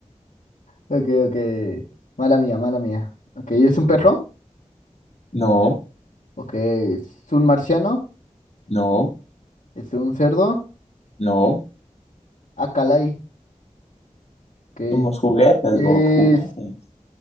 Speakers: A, on the left; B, on the left.
A: Ok, ok. Mala mía, mala mía. Ok, ¿es un perro?
B: no,
A: Ok, ¿es un marciano?
B: no,
A: ¿Es un cerdo?
B: no.
A: Ah, calay. Ok,
B: Somos juguetes,
A: ¿es
B: Bob, juguetes.